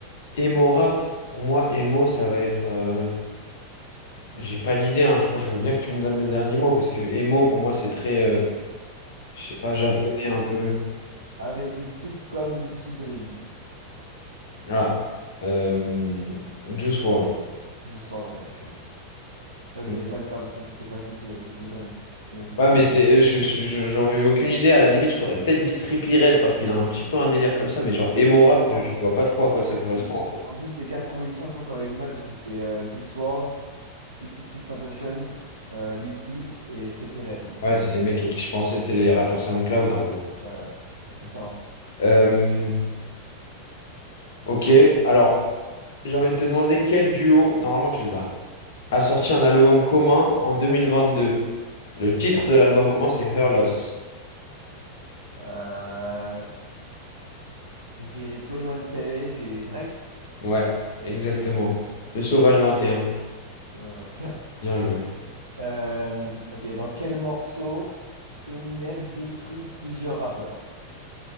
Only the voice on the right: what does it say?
Ouais,
mais
avec des titres comme Lucid Dreams.
Du soir, ouais, t'es chaud. Ça, je
voulais pas te dire parce que c'était facile, de Lucid Dreams. Tu connaissais
le son.
Justement.
les-
En plus, les quatre propositions, je pense que t'aurais eu du mal parce que c'était euh, Juice WRLD, XXXTentacion, euh, Lil Peep et Trippie Redd. Donc,
euh,
Ouais, ouais. Ouais, C'est ça. hein.
Euh, je dirais 21 Savage et Drake.
Ouais,
ça va, je vois bien.
Euh, ok, dans quel morceau Eminem détruit plusieurs rappeurs?